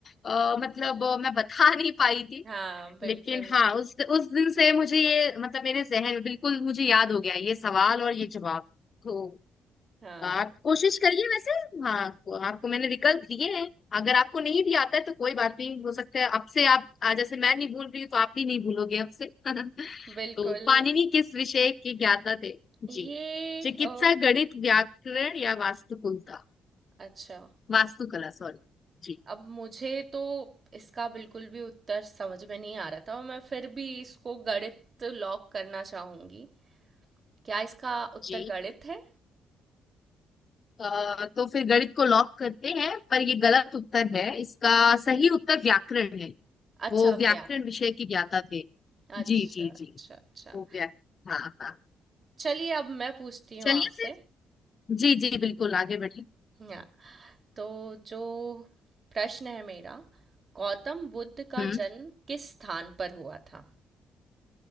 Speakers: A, on the left; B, on the right.
A: अ, मतलब अ, मैं बता <laughs> नहीं पाई थी
B: हाँ बिल्कुल
A: लेकिन हाँ उस उस दिन से मुझे ये मतलब मेरे जहन में बिल्कुल मुझे याद हो गया ये सवाल और ये जवाब तो
B: हाँ
A: आप कोशिश करिए वैसे हाँ को- आपको मैंने विकल्प दिए हैं अगर आपको नहीं भी आता है तो कोई बात नहीं हो सकता है अब से आप आज जैसे मैं नहीं भूल रही हूँ तो आप भी नहीं भूलोगे अब से <laughs>
B: बिल्कुल
A: तो पाणिनि किस विषय के ज्ञाता थे जी
B: ये
A: चिकित्सा
B: अ,
A: गणित व्याकरण या वास्तुकुलता
B: अच्छा
A: वास्तुकला सॉरी जी
B: अब मुझे तो इसका बिल्कुल भी उत्तर समझ में नहीं आ रहा था और मैं फिर भी इसको गणित लॉक करना चाहूंगी क्या इसका उत्तर
A: जी
B: गणित है
A: अ, तो फिर गणित को लॉक करते हैं पर ये गलत उत्तर है इसका सही उत्तर व्याकरण है
B: अच्छा
A: वो व्याकरण
B: व्याकरण
A: विषय के ज्ञाता थे
B: अच्छा
A: जी जी
B: अच्छा
A: जी
B: अच्छा
A: वो व्याकरण हाँ हाँ
B: चलिए अब मैं पूछती हूँ
A: चलिए
B: आपसे
A: फिर जी जी बिल्कुल आगे बढ़िए
B: हाँ तो जो प्रश्न है मेरा गौतम बुद्ध का
A: हम्म
B: जन्म किस स्थान पर हुआ था